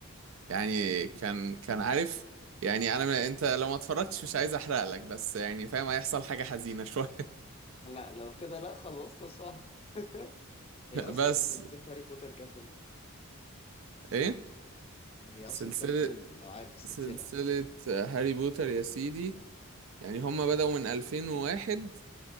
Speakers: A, on the right; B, on the left.
A: يعني كان كان عارف يعني انا انت لو ما اتفرجتش مش عايز احرق لك بس يعني فاهم هيحصل حاجة حزينة <laughs> شوية
B: لا لو كده لا خلصنا صح <laughs> هي اصلا
A: بس
B: سلسله هاري بوتر كفن
A: ايه
B: هي اصلا
A: سلسلة
B: كام فيلم لو عارف السلسله
A: سلسلة هاري بوتر يا سيدي يعني هما بدأوا من 2001